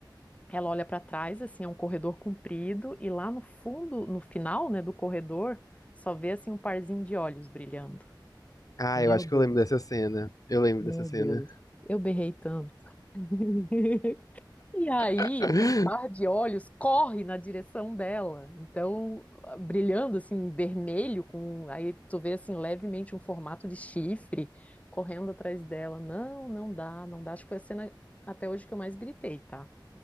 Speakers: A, on the left; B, on the left.
A: Ela olha para trás, assim, é um corredor comprido, e lá no fundo, no final, né, do corredor, só vê assim um parzinho de olhos brilhando.
B: Ah,
A: Meu
B: eu acho
A: Deus,
B: que eu lembro dessa cena. Eu lembro
A: meu
B: dessa cena.
A: Deus. Eu berrei tanto. <laughs> E aí,
B: <laughs>
A: aquele par de olhos corre na direção dela. Então, brilhando assim, vermelho, com aí tu vê assim levemente um formato de chifre correndo atrás dela. Não, não dá, não dá. Acho que foi a cena até hoje que eu mais gritei, tá?